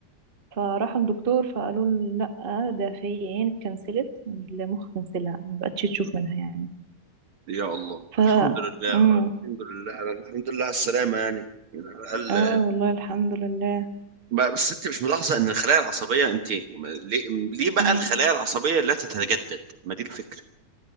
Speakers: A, on the right; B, on the right.
A: فراحوا الدكتور فقالوا له لا ده في عين اتكنسلت المخ كنسلها ما بقتش تشوف منها يعني
B: يا الله
A: ف
B: الحمد لله
A: امم
B: الحمد لله على الحمد لله على السلامة يعني يعني على الأقل
A: اه والله الحمد لله
B: ما- بس أنت مش ملاحظة إن الخلايا العصبية أنت ما- ليه ليه بقى
A: امم
B: الخلايا العصبية لا تتجدد؟ ما دي الفكرة